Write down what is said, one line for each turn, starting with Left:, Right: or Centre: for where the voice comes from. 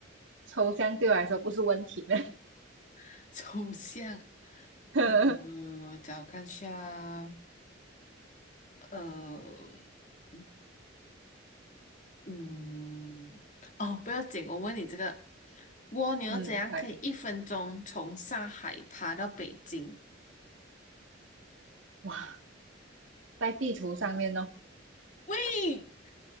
Right: 抽象对我来说不是问题的。
Left: <laughs> 抽象，
Right: <laughs>
Left: 嗯，我找看一下。呃，嗯，嗯哦，不要紧，我问你这个，蜗牛怎样可以一分钟从上海爬到北京？
Right: 嗯，来，哇，在地图上面哦，
Left: 喂，